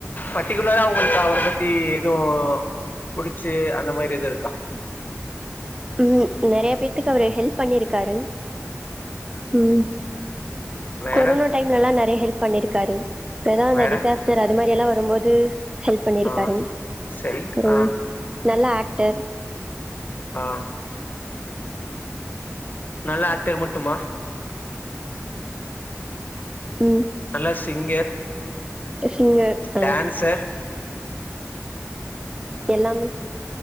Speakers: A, on the left; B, on the right.
A: பட்டிகுலரா உங்களுக்கு அவர பத்தி எதூ புடிச்சி அந்த மாரி எது இருக்கா
B: ம் நெறைய பேத்துக்கு அவரு ஹெல்ப் பண்ணியிருக்காரு ம்
A: வேற
B: கொரோனா டைம்லலா நெறைய ஹெல்ப் பண்ணிருக்காரு பேதா அந்த
A: வேற
B: டிசாஸ்டர் அது மாறி எல்லா வரும்போது ஹெல்ப் பண்ணிருக்காரு
A: ஆ சரி
B: அப்றோ
A: ஆ
B: நல்ல ஆக்டர்
A: ஆ நல்ல ஆக்டர் மட்டுமா
B: ம்
A: நல்லா சிங்கர்
B: ஷிங்கர்
A: டான்சர்
B: அ எல்லாமே